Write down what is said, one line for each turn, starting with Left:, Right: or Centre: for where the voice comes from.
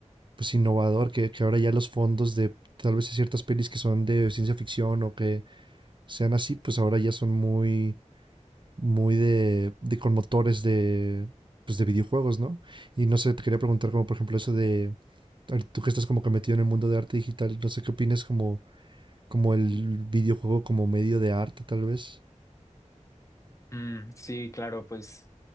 Right: pues innovador, que, que ahora ya los fondos de tal vez ciertas pelis que son de ciencia ficción o que sean así, pues ahora ya son muy, muy de, de con motores de, pues de videojuegos, ¿no? Y no sé, te quería preguntar como por ejemplo eso de, ahorita tú que estás como que metido en el mundo de arte digital, no sé qué opinas como, como el videojuego como medio de arte tal vez.
Left: Mm, sí, claro, pues.